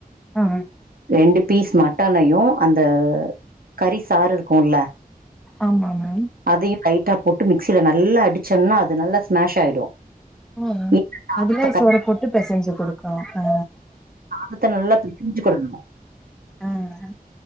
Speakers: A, in the centre; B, on the right.
A: ஆ
B: ரெண்டு பீஸ் மட்டனையு அந்த கறி சாறு இருக்குல்ல
A: ஆமா மேம்
B: அதையு லைட்டா போட்டு மிக்சில நல்லா அடிச்சம்னா அது நல்லா ஸ்மாஷ் ஆயிடு
A: ம்
B: இந்த சாதத்த
A: அதுல
B: க
A: சோற போட்டு பெசஞ்சு கொடுக்கு ஆ
B: மட்டன நல்லா பிச்சுகொடணு
A: ஆஅ